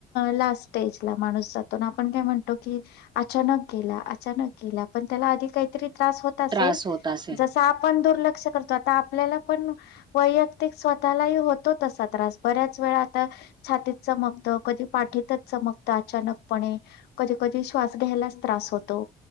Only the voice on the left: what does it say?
लास्ट स्टेज माणूस जातो, ना आपण काय म्हणतो की अचान गेला अचान गेला पण त्याला आधी काहीतरी त्रास होत असेल
जसं आपण दुर्लक्ष लक्ष करतो, आता आपल्याला पण वैयक्तिक स्वतालाही होतो तसा त्रास बऱ्याच वेळा आता छातीत चमकत कधी पाठीतच चमकतं अचानकपणे कधी कधी श्वास घ्यायलाच त्रास होतो.